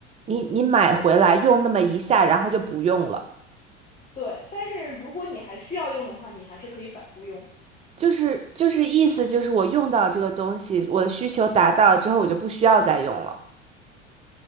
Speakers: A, on the right; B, on the left.
A: 你你买回来用那么一下，然后就不用了。
B: 对，但是如果你还需要用的话，你还是可以反复用的，
A: 就是就是意思就是我用到这个东西，我的需求达到之后，我就不需要再用了，